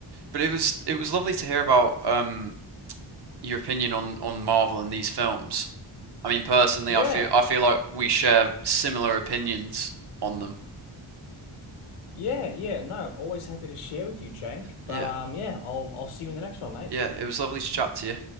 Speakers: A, on the right; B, on the left.
A: but it was it was lovely to hear about um, your opinion on, on Marvel and these films. I mean, personally,
B: Yeah,
A: I feel I feel like we share similar opinions on them.
B: yeah, yeah. No, I'm always happy to share with you, Jake.
A: Yeah,
B: But um, yeah, I'll I'll see you in the next one, mate.
A: yeah. It was lovely to chat to you.